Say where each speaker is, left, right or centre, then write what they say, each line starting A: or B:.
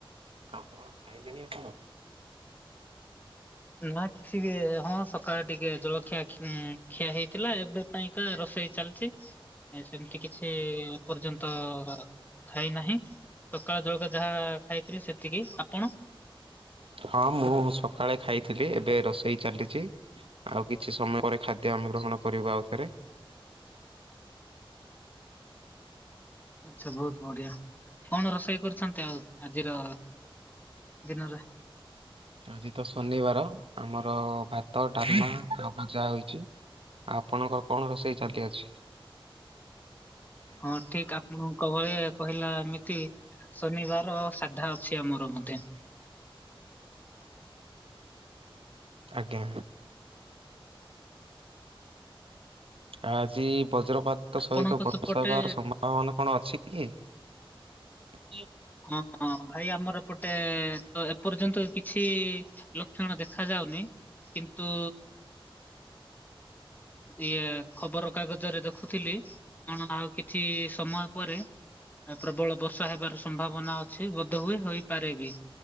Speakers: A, on the right; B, on the left.
A: ଆଉ କଣ ଖାଇଲେଣି ଆପଣ?
B: ନା କିଛି ବି ହଁ ସକାଳେ ଟିକେ ଜଳଖିଆ ଖିଆ ହେଇଥିଲା ଏବେ ପାଇଁ କା ର ସେଇ ଚାଲିଛି ସେମିତି କିଛି ଏ ପର୍ଯ୍ୟନ୍ତ ଖାଇନାହିଁ ସକାଳ ଜଳକିଆ ଯାହା ଖାଇଥିଲି ସେତିକି ଆପଣ?
A: ହଁ ମୁଁ ସକାଳେ ଖାଇଥିଲି ଏବେ ରୋଷେଇ ଚାଲିଚି। ଆଉ କିଛି ସମୟ ପରେ ଖାଦ୍ୟ ଆମେ ଗ୍ରହଣ କରିବୁ ଆଉଥରେ।
B: ଆଚ୍ଛା ବହୁତ ବଢିଆ କଣ ରୋଷେଇ କରୁଛନ୍ତି ଆଉ ଆଜିର ଦିନରେ?
A: ଆଜି ତ ଶନିବାର ଆମର ଭାତ ଡାଲମା ଯାହା ହେଇଛି। ଆପଣଙ୍କର କଣ ରୋଷେଇ ଚାଲି ଅଛି?
B: ହଁ ଠିକ ଆପଣଙ୍କ ଭଳି କହିଲା ଏମିତି ଶନିବାର ସାଧା ଅଛି ଆମର ବୁଧେ।
A: ଆଜ୍ଞା। ଆଜି ବଜ୍ରପାତ
B: ଆପଣଙ୍କ
A: ସହିତ ବର୍ଷା
B: ସେପଟେ
A: ହେବାର ସମ୍ଭାବନା କଣ ଅଛି କି? ହଁ।
B: ହଁ ଭାଇ ଆମର ଏ ପଟେ ତ ଏପର୍ଯ୍ୟନ୍ତ କିଛି ଲକ୍ଷଣ ଦେଖାଯାଉନି କିନ୍ତୁ ଇଏ ଖବର କାଗଜରେ ଦେଖୁଥିଲି କଣ ଆଉ କିଛି ସମୟ ପରେ ପ୍ରବଳ ବର୍ଷା ହେବାର ସମ୍ଭାବନା ଅଛି ବୋଧହୁଏ ହୋଇପାରେ ବି।